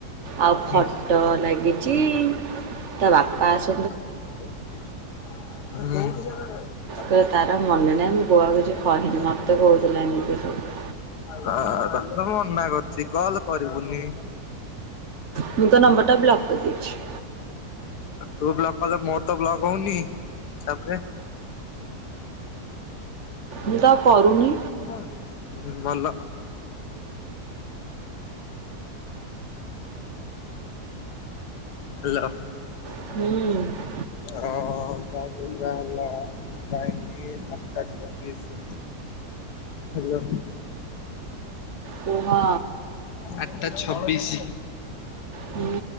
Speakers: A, on the right (about 50°); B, on the left (about 80°).
A: ଆଉ
B: ହୁଁ
A: ଫଟୋ ଲାଗିଛି ତା ବାପା ଆସୁ
B: ହୁଁ।
A: କହିଲା ତାର ଆଉ ମନେ ନାହିଁ ମୁଁ ପୁଅକୁ କିଛି କହିନି ମତେ କହୁଥିଲା ଏମିତି ସବୁ।
B: ହ ତତେ ମନା କରିଛି କଲ କରିବୁନି।
A: ମୁଁ ତୋ ନମ୍ବରଟା ବ୍ଲକ୍ କରିଦେଇଛି।
B: ତୁ ବ୍ଲକ କରିଦେ ମୋର ତ ବ୍ଲକ ହଉନି ତାପରେ
A: ମୁଁ ତ କରୁନି।
B: ହ ଭଲ। ହାଲୋ।
A: ହୁଁ।
B: ହଁ ଟାଇମ୍ ହେଲା ଟାଇମି ହାଲୋ।
A: କୁହ?
B: ଆଠଟା ଛବିଶି
A: ହୁଁ